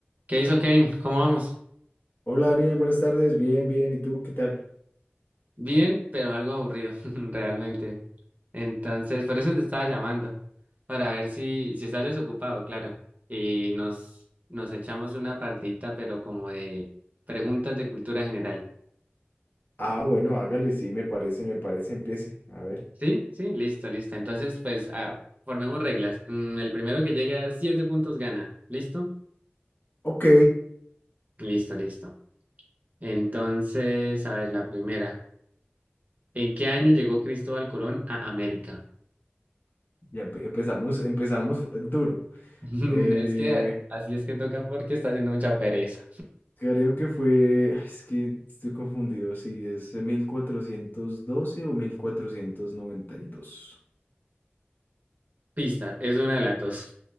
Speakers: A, on the right (about 40°); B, on the left (about 50°).
A: ¿Qué hizo Kevin? ¿Cómo vamos?
B: Hola Daniel, buenas tardes. Bien, bien. ¿Y tú qué tal?
A: Bien, pero algo aburrido, <laughs> realmente. Entonces, por eso te estaba llamando, para ver si, si estás desocupado, claro. Y nos, nos echamos una partita, pero como de preguntas de cultura general.
B: Ah, bueno, hágale, sí, me parece, me parece, empiece. A ver.
A: ¿Sí? Sí, listo, listo. Entonces, pues, ah, formemos reglas. Mm, el primero que llegue a siete puntos gana. ¿Listo?
B: Ok,
A: Listo, listo. Entonces, a ver, la primera. ¿En qué año llegó Cristóbal Colón a América?
B: ya empe- empezamos, empezamos fu- duro.
A: <laughs>
B: Eh,
A: Es que así es que toca porque está haciendo mucha pereza.
B: creo que fue, <sighs> es que estoy confundido si es 1412 o 1492.
A: Pista, es una de las dos.